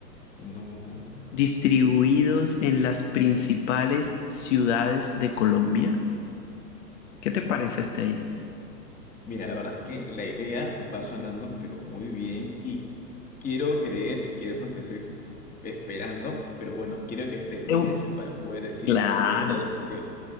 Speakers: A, on the left (about 15°); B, on the left (about 45°).
A: no,
B: distribuidos en las principales ciudades de Colombia. ¿Qué
A: sí.
B: te parece hasta ahí?
A: Mira, la verdad es que la idea va sonando, pero muy bien. Y quiero creer que es lo que estoy esperando. Pero bueno, quiero que termines
B: Eu-
A: para poder decir
B: Claro.
A: o gritar de emoción.